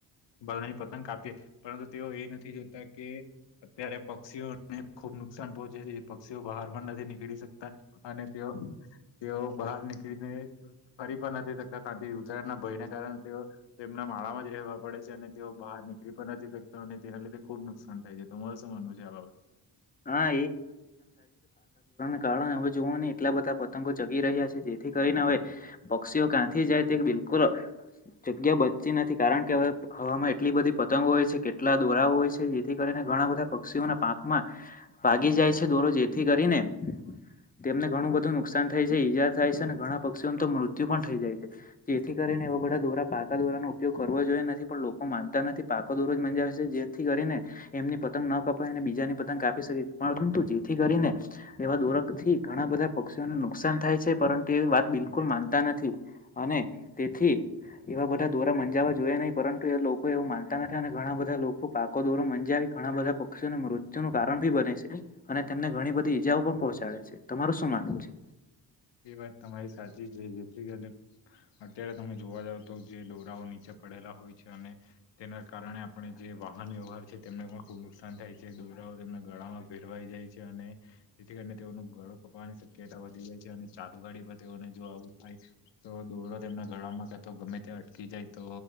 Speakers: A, on the left (about 85°); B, on the left (about 20°).
A: બધાની પતંગ કાપી પરંતુ, તેઓ એ નથી જોતા કે અત્યારે પક્ષીઓને ખુબ નુકસાન પહોંચે છે, પક્ષીઓ બહાર પણ નથી નીકળી શકતા અને તેઓ તેઓ બહાર નીકળીને ફરી પણ નથી ને ઉતરાણના ભયને કારણે, તેઓ તેમના માળામાં જ રહેવા પડે છે, અને તેઓ બહાર નીકળી પણ નથી. અને તેના લીે ખુબ નુકસાન થાય છે, તમારે શું માનવું છે આ બાબત
B: હા કારણ હવે જોવું ને એટલા બધા પતંગો જગી રહ્યા છે, જેથી કરીને હવે પક્ષીઓ કાંથી જાય તે બિલકુલ જગ્યા બચતી નથી, કારણ કે હવે હવામાં એટલી બધી પતંગો હોય છે, કેટલા દોરા હોય છે, જેથી કરીને ઘણા બધા પક્ષીઓના પાંખમાં ભાગી જાય છે દોરો જેથી કરીને તેમને ઘણું બધું નુકસાન થાય છે ઈજા થાય અને ઘણા પક્ષીઓ તો મૃત્યુ પણ થઈ જાય છે, જેથી કરીને એવા બધા દોરા પાકા દોરાનો ઉપયોગ કરો જોઈએ નથી પણ લોકો માનતા નથી પાકો દોરજ મંજ છે, જેથી કરીને એમની પતંગ ન કપાય અને બીજાની પતંગ આપી શકે પરંતુ જેથી કરીને એવા દોર થી ઘણા બધા પક્ષીઓને નુકસાન થાય છે, પરંતુ એ વાત બિલકુલ
A: તો બીજા
B: માનતા નથી અને થી. એવા બધા દોરા મંજાવવા જોઈ નહીિ પરંતુ, એ લોકો એવું માનતા નથી અને, ઘણા બધા લોકો પાકો દોરો મં ઘણા બધા પક્ષીને મૃત્યુ નું કારણ ભી બને છે, અને તેમને ઘણી બધી ઈજાઓ પણ પહોચાડે છે, તમારું શું માનવું છે.
A: એ વાત તમારી સાચી રઈ ર અત્યારે તમે જોવા જાવ તો જે દોરાઓ નીચે પડેલા હોય છે અને તેના કારણે આપણે જે વાહન વ્યવહાર છે. તેમને પણ ખૂબ નુકસાન થાય છે દોરાઓ તેમના ગાળામાં ભેરવાઈ જાય છે. જેથી કરીને તેઓનું ગળો પપવાની શક્યતા વધી જાય છે, અને ચાલુ ગાડી પર તેઓને જો આવું થાય તો દોરો તેમને ગળમાં ક તો ગમે ત્યાં અટકી જાય તો